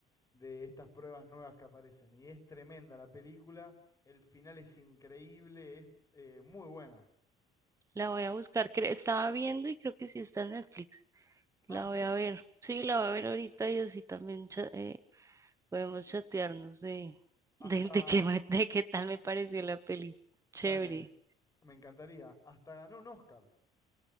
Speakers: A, on the left (about 20°); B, on the right (about 20°).
A: de estas pruebas nuevas que aparecen. Y es tremenda la película, el final es increíble, es eh, muy buena.
B: la voy a buscar. cre- Estaba viendo y creo que sí está en Netflix.
A: Ah,
B: La
A: sí,
B: voy a ver. Sí, la voy a ver ahorita y así también cha- eh, podemos chatearnos de,
A: hasta,
B: de, de qué, me- de qué tal me pareció la peli. Chévere.
A: dale, me encantaría, hasta ganó un Oscar.